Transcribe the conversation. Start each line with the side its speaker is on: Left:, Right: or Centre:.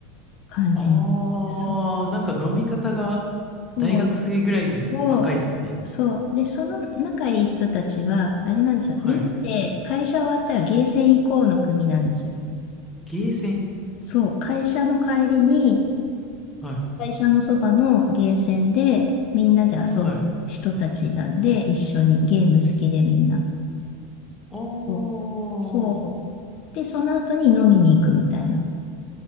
Left: 感じ。
Centre: あー、
Left: そう、
Centre: なんか飲み方が大学生ぐらいに若いっすね。
Left: そう。そう、そう。で、その仲いい人たちは、あれなんですよ。
Centre: はい。
Left: みんなで会社終わったらゲーセン行こうの組なんですよ。
Centre: ゲーセン。
Left: そう、会社の帰りに、
Centre: はい。
Left: 会社のそばのゲーセンでみんなで遊ぶ人たちなんで、
Centre: はい。
Left: 一緒にゲーム好きでみんな。
Centre: あー、
Left: そう。そうで、その後に飲みに行くみたいな